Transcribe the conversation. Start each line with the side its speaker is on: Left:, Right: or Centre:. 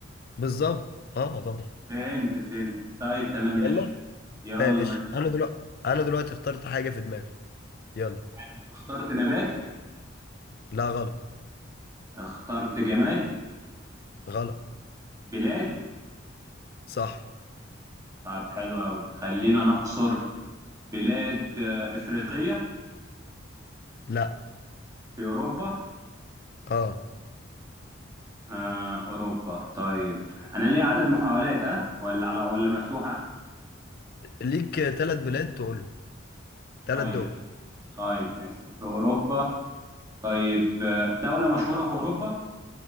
Left: بالظبط اه طبعا
Right: فهمت فهمت طيب تمام ماشي
Left: يلا
Right: يلا
Left: ماشي
Right: ماشي
Left: انا دلوقتي انا دلوقتي اخترت حاجة في دماغي يلا
Right: حلو. اخترت نبات
Left: لا غلط
Right: اخترت جماد
Left: غلط
Right: بلاد
Left: صح
Right: طب حلو قوي خلينا نحصر بلاد آه، افريقيه
Left: لا
Right: في اوروبا
Left: اه
Right: آه أوروبا طيب أنا ليه عدد محاولات ها ولا على ولا مفتوحة
Left: ليك ثلاث بلاد تقولهم ثلاث
Right: طيب
Left: دول
Right: طيب ماشي في أوروبا طيب آه، دولة مشهورة في أوروبا